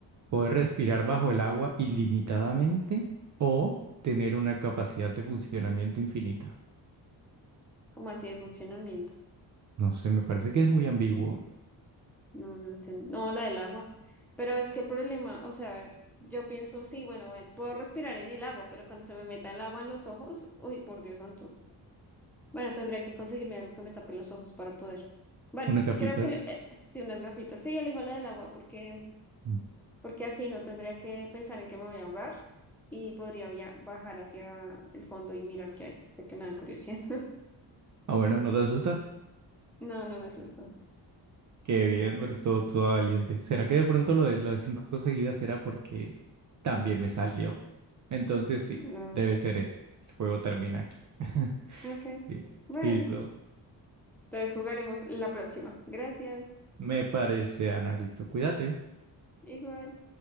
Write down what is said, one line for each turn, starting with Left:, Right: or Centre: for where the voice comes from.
Right: ¿Poder respirar bajo el agua ilimitadamente o tener una capacidad de funcionamiento infinita?
Centre: ¿cómo así de funcionamiento?
Right: No sé, me parece que es muy ambiguo.
Centre: No, no entiendo. No, la del agua. Pero es que el problema, o sea, a ver, yo pienso, sí, bueno, a ver, puedo respirar en el agua, pero cuando se me meta el agua en los ojos, uy, por Dios santo. Bueno, tendría que conseguirme algo que me tape los ojos para poder. Bueno,
Right: Una cafitas.
Centre: creo que le- eh, sí, unas gafitas. Sí, elijo la del agua porque,
Right: Mm.
Centre: porque así no tendría que pensar en que me voy a ahogar y podría via- bajar hacia el fondo y mirar qué hay, porque me da curiosidad. <laughs>
Right: Ah, bueno, ¿no te asusta?
Centre: No, no me asustó.
Right: Qué bien, pero estuvo todo valiente. ¿Será que de pronto lo de, lo de cinco seguidas era porque también me salió? Entonces sí,
Centre: No.
Right: debe ser eso. El juego termina aquí. <laughs>
Centre: Ok.
Right: Li-
Centre: Bueno,
Right: Listo.
Centre: entonces jugaremos la próxima. Gracias.
Right: Me parece, Ana. Listo. Cuídate.
Centre: Igual.